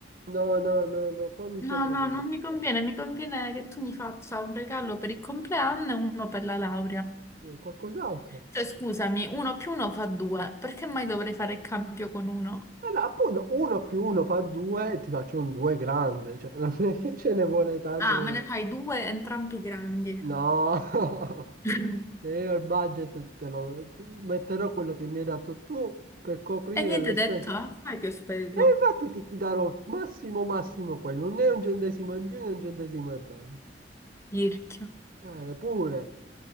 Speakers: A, on the right (about 55°); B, on the left (about 15°).
A: No, no, no, no, qua mi
B: No,
A: stai fregando.
B: no, non mi conviene. Mi conviene che tu mi faccia un regalo per il compleanno e uno per la laurea.
A: Sì, qualcos'altro.
B: Cioè, scusami, uno più uno fa due, perché mai dovrei fare il cambio con uno?
A: Allora, appunto, uno più uno fa due e ti faccio un due grande. Cioè, <laughs> non è che ce ne vuole tanto.
B: Ah,
A: per-
B: me ne fai due, entrambi grandi.
A: No. <laughs>
B: <laughs>
A: Se io il budget te lo te- metterò quello che mi hai dato tu per coprire
B: E niente
A: le
B: detto,
A: spese.
B: eh? Sai che ho spento.
A: E infatti ti darò massimo massimo quello, non è un centesimo in più né un centesimo in meno.
B: Pirchio.
A: Eh, pure.